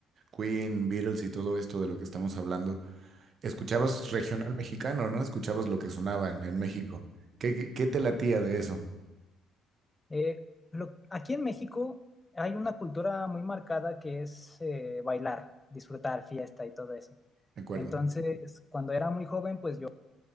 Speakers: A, on the right; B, on the left.
A: Queen, Beatles y todo esto de lo que estamos hablando, escuchabas regional mexicano, ¿no? Escuchabas lo que sonaba en, en México. ¿Qué, qué, qué te latía de eso?
B: Eh, lo- aquí en México hay una cultura muy marcada que es eh, bailar, disfrutar, fiesta y todo eso.
A: De acuerdo.
B: Entonces, cuando era muy joven, pues yo